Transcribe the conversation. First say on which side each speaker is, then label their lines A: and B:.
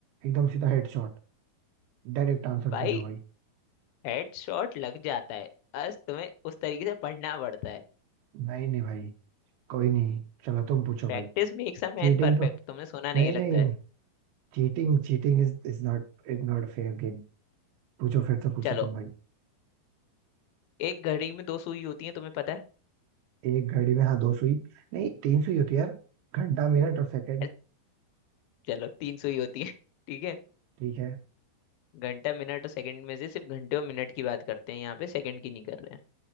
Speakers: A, on the right; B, on the left.
A: एकदम सीधा हेडशॉट डायरेक्ट आंसर
B: भाई
A: दे रहे हो भाई
B: हेडशॉट लग जाता है बस तुम्हें उस तरीके से पढ़ना पड़ता है
A: नहीं नहीं भाई कोई नहीं चलो तुम पूछो
B: Practice
A: भाई
B: makes a man
A: चीटिंग
B: perfect
A: तो
B: तुमने सुना नहीं
A: नहीं
B: है
A: नहीं
B: लगता है
A: cheating cheating is is not is not fair game पूछो फिर तो पूछो
B: चलो
A: तुम भाई
B: एक घड़ी में दो सुई होती है तुम्हें पता है
A: एक घड़ी में हाँ दो सुई नहीं तीन सुई होती है यार घंटा मिनट और सेकंड
B: अरे चलो तीन सुई होती है <laughs> ठीक है
A: ठीक है
B: घंटा मिनट और सेकंड में से सिर्फ घंटे और मिनट की बात करते हैं यहाँ पे सेकंड की नहीं कर रहे हैं